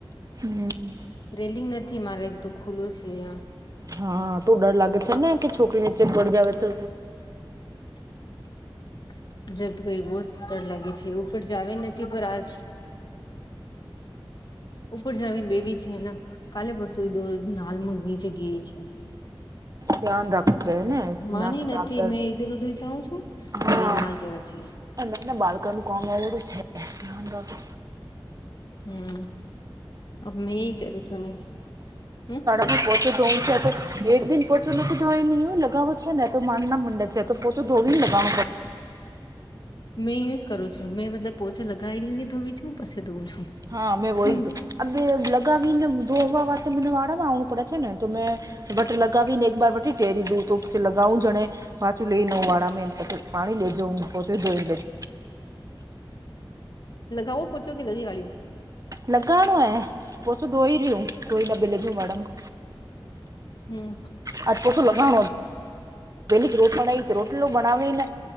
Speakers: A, on the right; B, on the left.
A: હમ
B: રેલિંગ નથી મારે એક તો ખુલ્લું છે આ
A: હા તો ડર લાગે છે ને કે છોકરી નીચે પડી જવે તો
B: <inaudible> ગય બહ જ ડર લાગે છે ઉપર જાવ નથી પણ આ ઉપર જાવી ને બેબી છેને કાલે પસ દો નાલ મ નીચે ગી છે.
A: ધ્યાન રાખવું છે ને
B: માની
A: નાના ટાબર
B: નથી મેં ઈધર ઉધર જાઉં છું.
A: હા
B: એ ના ચડે છે.
A: નાના બાળક નનું કોમ અરું છે ધ્યાન રાખો.
B: હમ્મ અમે જન સઁખ્યા હમ્મ
A: પોચ ધવું છે તો એક દિ પોચો નથી ધોવાઈ ન લગાવો છે ને તો માર ના મંડે છે તો પોછો ધોવી ન લગવા પ
B: મેં યું જ કરું છું મેં મતલબ પોચા લગાવીને ધોવી છું પછી ધોવું છું
A: હા મે વય
B: હમ
A: હતું હવે લગાવીને ધોવા વા માટે વાળામાં આવણું પડે છે ને તો મેં વટ લગાવી ને એક વાર વટી ટેરી દૂ તો લગઉ જણે પાચું લઈનેવ વાળા મેને પોછ પાણી લેજ પોતે જોઈને લેજો
B: લગાઓ પોછો કે લગાડી કડ્યો
A: લગાનો એ પછું દોહી રહું દોહી ડબે લેજુ માડાનું
B: હમ્મ
A: આજ પોચો લગાળો વહેલીથી રોટ બના રોટટી બનાવીને